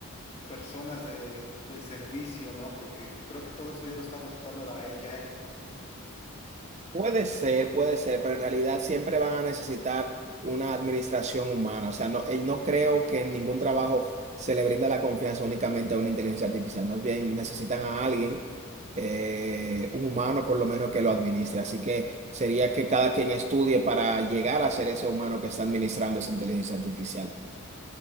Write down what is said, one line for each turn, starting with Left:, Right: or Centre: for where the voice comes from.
Left: personas de, de servicio, ¿no? Porque creo que todo eso ya lo está adoptando la ella
Right: Puede ser, puede ser, pero en realidad siempre van a necesitar una administración humana. O sea, no, eh, no creo que en ningún trabajo se le brinda la confianza únicamente a una inteligencia artificial. Más bien necesitan a alguien, eh, un humano por lo menos, que lo administre. Así que sería que cada quien estudie para llegar a ser ese humano que está administrando esa inteligencia artificial.